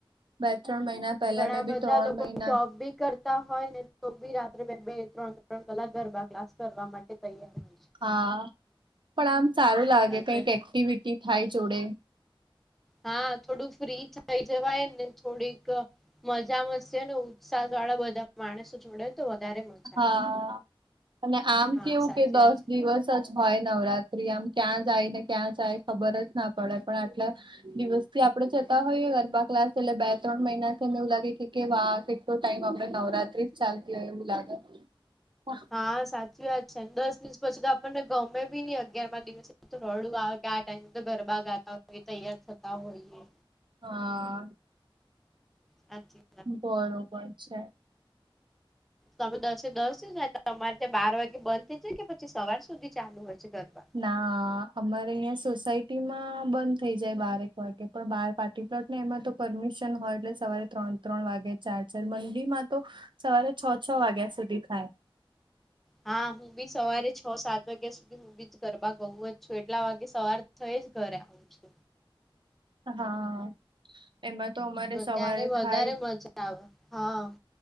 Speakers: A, on the right (about 60°); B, in the centre.
A: બે ત્રણ મહિના પહેલા
B: ઘણા
A: મેં બી
B: બધા
A: ત્રણ
B: લોકો
A: મહિના
B: જોબ બી કર હોય ને તો બી રાત્રે બે બે ત્રણ ત્રણ કલાક ગરબા ક્લાસ કરવા માટે તૈયાર હોય. છે.
A: હા પણ આમ સારું લાગે
B: સાચે
A: કઈક એક્ટિવિટી થાય જોડે.
B: હા થોડુંક ફ્રી થઈ જવાય ને થોડીક મજા મશે ને ઉત્સાહ વાળા બધા માણસો જોડે તો વધારે મજા
A: હા
B: આવે
A: અને આમ
B: હા
A: કેવું
B: સાચી
A: કે દસ
B: વાત છે.
A: દિવસ જ હોય નવરાત્રી આમ ક્યાં જાય ને ક્યાં જાય ખબર જ ના પડે પણ આટલે. દિવસ થી આપડે જતા હોઈએ ગરબા ક્લાસ એટલે બે ત્રણ મહિનાથીને એવું લાગે કે કેવા કે તો ટાઈમ આપડે નવરાત્રી જ ચાલતી હોય એવું લાગે. હા.
B: હા સાચી વાત છે, દસ દિવસ પછી તો આપણને ગમે બી નઈ અગિયાર માં દિવસે. રોડું આવે કે આ ટાઈમે તો ગરબા ગાતા હોય તૈયાર થતા હોઈએ.
A: હા.
B: હાછી.
A: બરોબર છે.
B: તમે દસે દસ જ તો તમારે ત્યાં બાર વાગે બંધ થઈ જાય કે પછી સવાર સુધી ચાલુ હોય છે ગરબા?
A: ના અમારે અહં સોસાયટી માં બંધ થઈ જાય બારેક વાગે પણ બાર પાછ ટને એમાં તો પરમિશન હોય એટલે સવારે ત્રણ ત્રણ વાગે ચાર ચાર મંડીમાં તો સવારે છ છ વાગ્યા સુધી થાય.
B: હા હું બી સવારે છ સાત વાગ્યા સુધી હું બીજ ઘરબા ગઉ જ છું એટલા વાગે સવાર થઈ જ ઘરે. આવું છે.
A: હા. એમાં તો અમારે સવારે
B: ત્યારે વધારે
A: ખાય.
B: મજા આવે હા